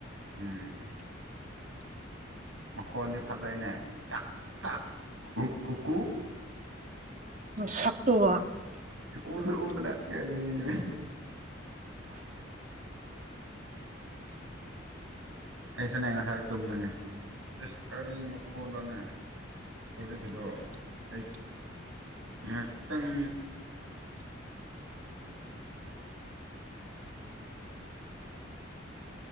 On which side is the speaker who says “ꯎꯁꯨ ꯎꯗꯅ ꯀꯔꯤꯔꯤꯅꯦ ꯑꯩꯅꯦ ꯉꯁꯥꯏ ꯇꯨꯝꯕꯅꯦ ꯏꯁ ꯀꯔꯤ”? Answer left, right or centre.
Right